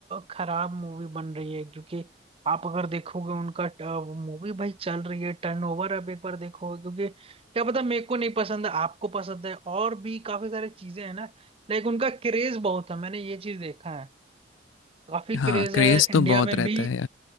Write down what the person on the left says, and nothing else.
हाँ
क्रेज
तो बहुत
रहता
है